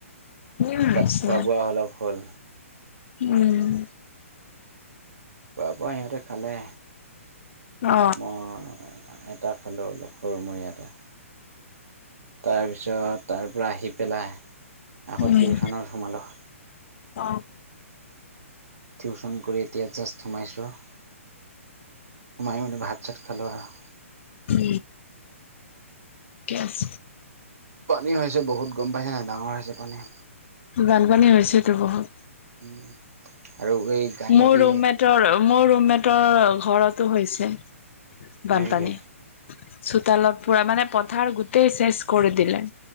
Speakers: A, on the left; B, on the right.
A: উম
B: তাত
A: হৈছে
B: খোৱা বোৱা অলপ হ'ল।
A: উম।
B: খোৱা বোৱা ইহঁতে খালে।
A: অ
B: মই এটা খালোঁ অলপ সৰু মোৰ ইয়াতে। তাৰপিছত তাৰ পৰা আহি পেলাই আকৌ
A: উম
B: টিউশচনত সোমালোঁ।
A: অ।
B: টিউশ্যন কৰি এতিয়া জাষ্ট সোমাইছোঁ। সোমাই বুলি ভাত চাট খালোঁ আৰু।
A: উ ক্লাছ
B: পানী হৈছে বহুত গম পাইছে নাই ডাঙৰ হৈছে পানী।
A: বানপানী হৈছেতো বহুত।
B: উম আৰু এই গাইনদী
A: মোৰ ৰুমমেটৰ মোৰ ৰুমমেটৰ ঘৰতো হৈছে। বানপানী
B: হয় নেকি
A: চোতালত পুৰা মানে পথাৰ গোটেই চেচ কৰি দিলে।